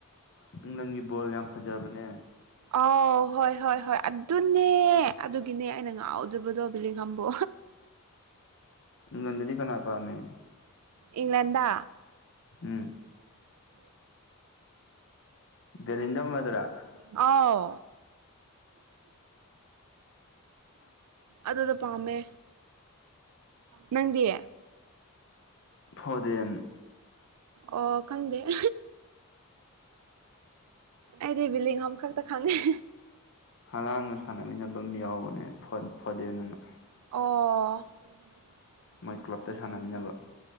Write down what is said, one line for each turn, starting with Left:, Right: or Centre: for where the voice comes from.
Left: ꯅꯨꯡ ꯅꯪꯒꯤ ꯕꯣꯜ ꯌꯥꯝ ꯐꯖꯕꯅꯦ
Right: ꯑꯥꯎ ꯍꯣꯏ ꯍꯣꯏ ꯍꯣꯏ ꯑꯗꯨꯅꯦ ꯑꯗꯨꯒꯤꯅꯦ ꯑꯩꯅ ꯉꯥꯛꯑꯣ ꯖꯕꯨꯗꯣꯕꯤꯂꯤ ꯈꯝꯕꯣ
Left: ꯏꯪꯂꯟꯗꯗꯤ ꯀꯅꯥꯄꯝꯃꯤꯅꯤ
Right: ꯏꯪꯂꯦꯟꯗ
Left: ꯎꯝ ꯕꯦꯂꯤꯟꯖꯝ ꯑꯗꯨꯔꯥ
Right: ꯑꯥꯎ
Left: <inaudible>
Right: ꯑꯗꯨꯗꯨ ꯄꯥꯝꯃꯦ ꯅꯪꯗꯤ
Left: ꯐꯣꯗꯦꯟ
Right: ꯑꯣ ꯈꯪꯗꯦ <unintelligible> ꯑꯩꯗꯤ ꯕꯤꯂꯤꯡꯉꯝ ꯈꯛꯇ ꯈꯪꯉꯦ
Left: ꯍꯂꯥꯟꯒ ꯁꯥꯟꯅꯃꯤꯟꯅꯕ ꯑꯃ ꯌꯥꯎꯕꯅꯦ ꯐ ꯐꯗꯦꯟ ꯑꯅ
Right: ꯑꯣ
Left: ꯃꯣꯏ ꯀ꯭ꯂꯞꯇ ꯁꯥꯟꯅꯃꯤꯟꯅꯕ